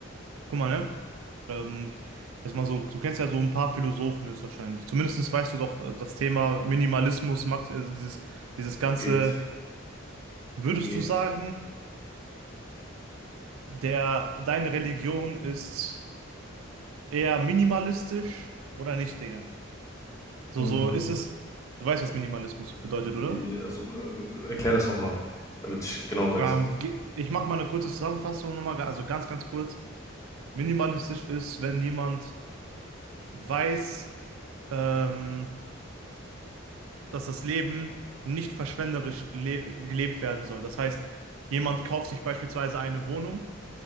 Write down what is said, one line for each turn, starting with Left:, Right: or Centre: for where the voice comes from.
Right: guck mal, ne? Ähm, jetzt mal so, du kennst ja so ein paar Philosophen höchstwahrscheinlich. Zumindest weißt du doch äh, das Thema Minimalismus, Max, also dieses, dieses ganze.
Left: Geht,
Right: Würdest
Left: geht.
Right: du sagen, der, deine Religion ist eher minimalistisch oder nicht, Digga? So,
Left: Hm,
Right: so ist es. Du weißt, was Minimalismus bedeutet, oder?
Left: ja, Also äh, äh, erklär das nochmal, damit ich genau weiß.
Right: Ähm, ge- ich mache mal eine kurze Zusammenfassung nochmal, ga- also ganz, ganz kurz. Minimalistisch ist, wenn jemand weiß, ähm, dass das Leben nicht verschwenderisch le gelebt werden soll. Das heißt, jemand kauft sich beispielsweise eine Wohnung.